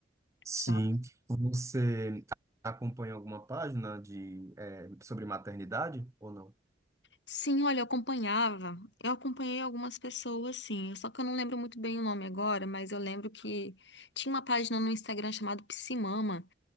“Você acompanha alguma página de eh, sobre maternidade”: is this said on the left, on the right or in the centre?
Right